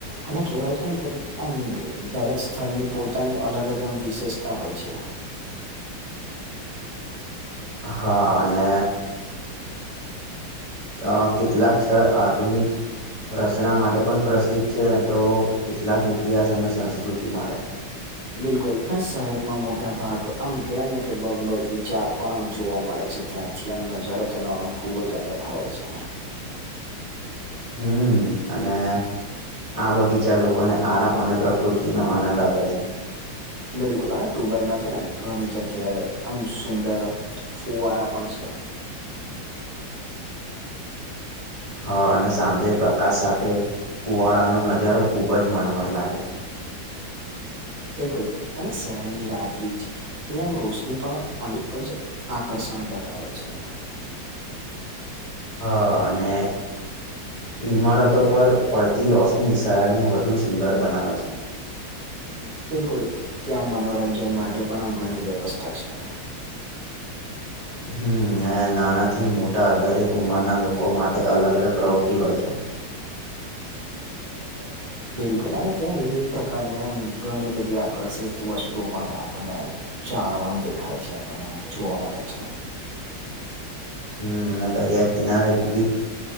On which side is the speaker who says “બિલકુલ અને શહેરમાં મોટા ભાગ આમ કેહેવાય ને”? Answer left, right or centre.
Right